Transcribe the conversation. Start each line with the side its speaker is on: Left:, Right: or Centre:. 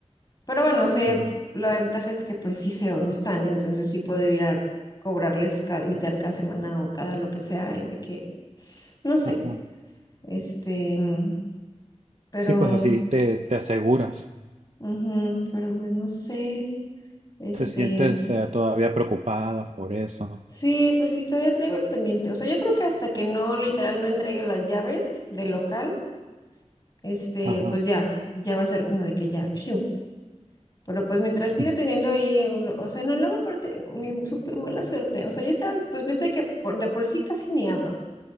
Left: Pero bueno, sé,
Right: sí,
Left: la ventaja es que pues sí sé dónde están, entonces sí puedo ir a cobrarles ca- literal cada semana o cada lo que sea y de que, no sé,
Right: ajá.
Left: este, mm, pero,
Right: Sí, pues así te, te aseguras.
Left: ujú, pero pues no sé, este,
Right: Te sientes eh, todavía preocupada por eso.
Left: sí, pues sí, todavía traigo el pendiente. O sea, yo creo que hasta que no, literal, no entregue las llaves del local, este,
Right: Ajá.
Left: pues ya, ya va a ser como de que ya, fiu. Pero pues mientras
Right: <laughs>
Left: siga teniendo ahí, un- o sea, no, luego aparte, mi súper mala suerte. O sea, yo estaba, pues pensé que por, de por sí casi ni abro.